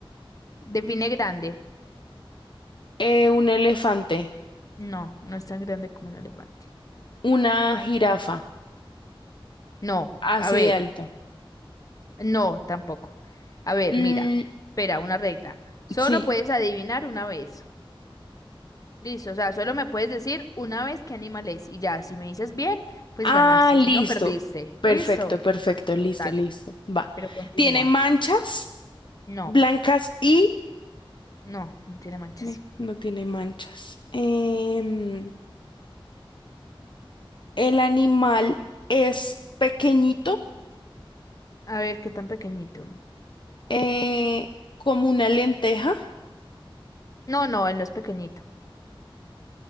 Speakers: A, on the left; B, on the left.
A: Define grande.
B: Eh, un elefante,
A: No, no es tan grande como un elefante.
B: una jirafa,
A: No,
B: así
A: a ver,
B: de alto.
A: no, tampoco. A ver,
B: Mm,
A: mira, espera, una regla. Solo
B: sí.
A: puedes adivinar una vez. Listo, o sea, solo me puedes decir una vez qué animal es. Y ya, si me dices bien, pues
B: Ah,
A: ganaste,
B: listo.
A: si no, perdiste.
B: Perfecto,
A: Listo,
B: perfecto,
A: Pero
B: listo,
A: dale,
B: listo. Va.
A: pero continúa.
B: ¿Tiene manchas
A: No,
B: blancas y...
A: no, no tiene manchas.
B: me- No tiene manchas. Em, el animal es pequeñito,
A: A ver, qué tan pequeñito.
B: eh, como una lenteja.
A: No, no, él no es pequeñito.